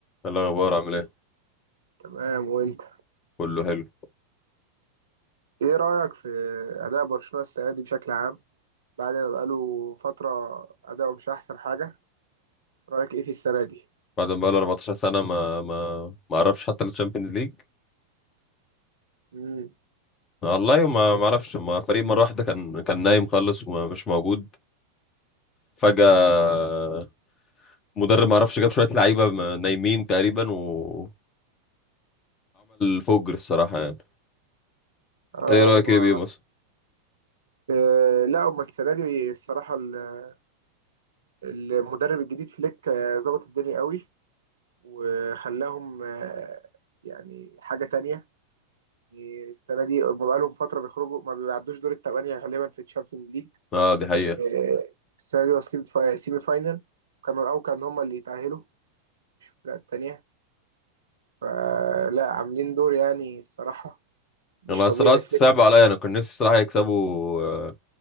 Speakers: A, on the left; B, on the right.
A: إيه الاخبار عامل ايه
B: تمام وانت
A: كله حلو
B: ايه رأيك في أداء برشلونة السنة دي بشكل عام بعد ما بقاله فترة أداؤه مش أحسن حاجة رأيك ايه في السنة دي؟
A: بعد ما بقاله 14 سنه ما ما ما قربش حتى للتشامبيونز ليج
B: مم.
A: والله ما ما اعرفش ما فريق مره واحده كان كان نايم خالص ومش موجود فجاه مدرب ما اعرفش جاب شويه لعيبه م- نايمين تقريبا وعمل فجر الصراحه يعني
B: اه
A: ايه رايك
B: ما
A: ايه بيه مثلا
B: آه لا هما السنة دي الصراحة ال- المدرب الجديد فليك آه، ظبط الدنيا قوي وخلاهم آه يعني حاجة تانية يعني السنة دي هما بقالهم فترة بيخرجوا ما بيعدوش دور التمانية غالبا في الشامبيونز ليج
A: اه دي حقيقه
B: آه السنة دي واصلين في سيمي فاينل كانوا الأول كانوا هما اللي يتأهلوا مش الفرق التانية فلا عاملين دور يعني الصراحة مش
A: انا
B: طبيعي
A: الصراحه صعب
B: فليك
A: عليا انا كنت نفسي الصراحه يكسبوا آه،